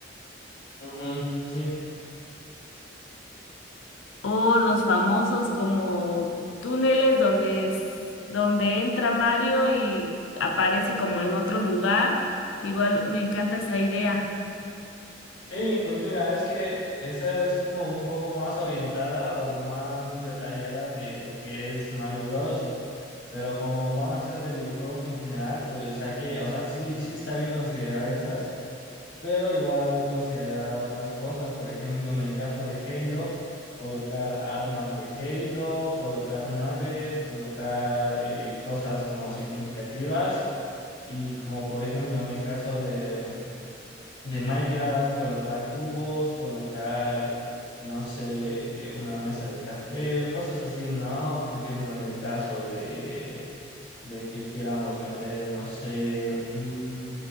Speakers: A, on the left; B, on the left.
A: Ujú, sí.
B: O los famosos como túneles donde es, donde entra Mario y aparece como en otro lugar. Igual me encanta esa idea.
A: Sí, pues mira, es que esa es como un poco más orientada o más detallada de lo que es Mario Bros. Pero como van a ser de videojuegos en general, pues hay que, o sea, sí, sí está bien considerar esas. pero igual considerar otras cosas, por ejemplo, en el caso de Halo, colocar armas de Halo, colocar naves, colocar eh, cosas como significativas y como por ejemplo en el caso de, mm, de Minecraft, colocar cubos, colocar, no sé, eh, una mesa de crafteo, cosas así, ¿no? Por ejemplo, en el caso de, de que queramos meter, no sé... mm,